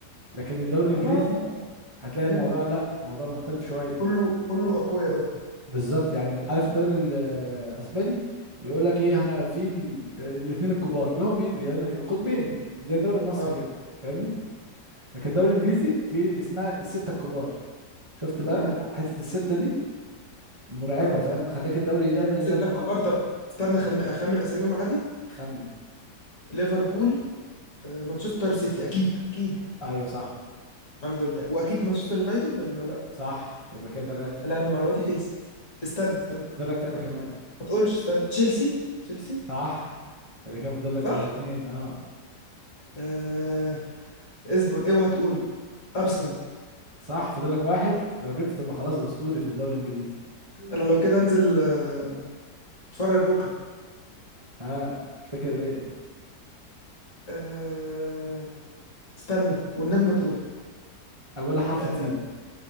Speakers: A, on the right; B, on the left.
A: لكن الدوري الانجليزي
B: اه
A: هتلاقي
B: فهمت
A: الموضوع لا موضوع مختلف شويه
B: كله كله اقوياء قصدك
A: بالظبط يعني عارف الدوري الاسباني يقول لك ايه هنا في الاثنين الكبار اللي هو مين يعني القطبين زي الدوري المصري
B: اه
A: كده فاهمني لكن الدوري الانجليزي في اسمها الستة الكبار شفت بقى
B: امم
A: حتة الستة دي مرعبة
B: اه
A: فاهم مخليك الدوري إيه، دايما ايه
B: سته
A: ضرب
B: كبار
A: نار
B: طب استنى خم... اخمن اساميهم عادي
A: خمن
B: ليفربول آه، مانشستر سيتي اكيد اكيد
A: ايوه صح
B: الحمد لله واكيد مانشستر يونايتد ولا لا
A: صح يبقى كده ثلاثة
B: يا لهوي معلوماتي خلصت استنى استنى
A: فاضل لك ثلاثة
B: ما
A: كمان
B: ت- ما تقولش استنى تشيلسي تشيلسي
A: صح يبقى كده فاضل لك
B: صح
A: اثنين اه
B: آه... اصبر اوعى تقول ارسنال
A: صح فاضل لك واحد لو جبت تبقى خلاص اسطوري في الدوري الانجليزي
B: انا لو كده انزل آه، اتفرج بكرة
A: ها اه تفتكر ايه
B: أه... استنى والنبي ما تقول
A: اولها حرف
B: أه...
A: تي